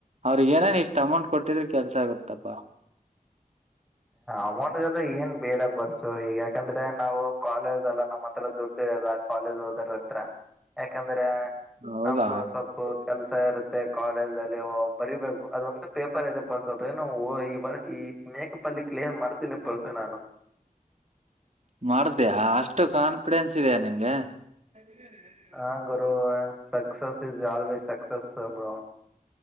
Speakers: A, on the right (about 50°); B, in the centre.
A: ಅವ್ರಿಗೆ ಏನನ ಇಷ್ಟ್ ಅಮೌಂಟ್ ಕೊಟ್ಟಿದ್ರ ಕೆಲ್ಸ ಆಗತ್ತಪ್ಪಾ.
B: ಅಮೌಂಟ್ದೆಲ್ಲ ಏನ್ ಬೇಡ ಪರ್ಸು, ಈಗ ಯಾಕಂದ್ರೆ ನಾವು ಕಾಲೇಜ್ ಲ್ಲ ನಮ್ಮ ಹತ್ರ ದುಡ್ಡು ಇಲ್ಲ, ಕಾಲಜ್ ಹೋಗೊರ ಹತ್ರ. ಯಾಕಂದ್ರೆ
A: ಹೌದಾ
B: ನಮ್ದು ಸ್ವಲ್ಪು ಕೆಲ್ಸ ಇರುತ್ತೆ ಕಾಲೇಜ್ ಅಲ್ಲಿ ಬರಿಬೇಕು, ಅದೊಂದು ಪೇಪರ್ ಇದೆ ಪರ್ಸು ಅದೇನೊ ಈ ಬಾರಿ ಈ ಮೇಕಪ್ ಅಲ್ಲಿ ಕ್ಲಿಯನ್ ಮಾಡ್ತೀನಿ ಪರ್ಸು ನಾನು.
A: ಮಾಡ್ತಿಯಾ ಅಷ್ಟು ಕಾನ್ಫಿಡೆನ್ಸ್ ಇದೆಯಾ ನಿನ್ಗೆ? <unintelligible>
B: ಹ ಗುರು success is always success bro.